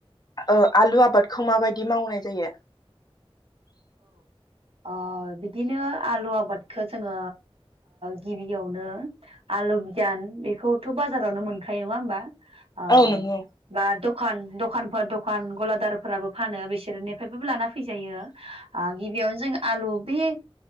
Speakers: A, on the left; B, on the right.
A: ओ आलु आबादखौ माबायदि मावनाय जायो
B: अ बिदिनो आलु आबादखौ जोंङो गिबियावनो आलु बिगान बेखौथ बाजारावनो मोनखायो नंङा होमबा। अ
A: औ नंगौ
B: बा दख दखान दखानफोर दखान गलादारफोराबो फानो बिसोरनिफ्रायबो लाना फैजायो। गिबियावनो जों आलु बे